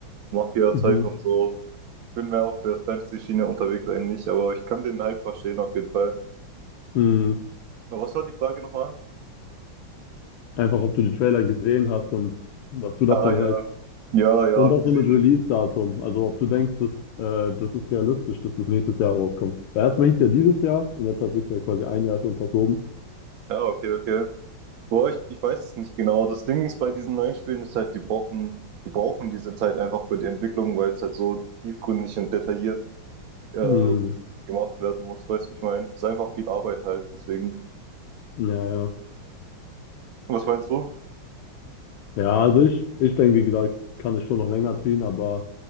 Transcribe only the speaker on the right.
Mafia-Zeug
und so. Ich bin mehr auf der Fantasy-Schiene unterwegs eigentlich, aber ich kann den Hype verstehen auf jeden Fall.
Aber was war die Frage nochmal?
Ah ja,
ja, ja,
habe
ich gesehen.
Ja, okay, okay. Boah, ich, ich weiß es nicht genau. Das Ding ist bei diesen neuen Spielen ist halt, die brauchen, die brauchen diese Zeit einfach für die Entwicklung, weil es halt so tiefgründig und detailliert äh,
gemacht werden muss. Weißt du, ich meine, es ist einfach viel Arbeit halt. Deswegen.
Was meinst du?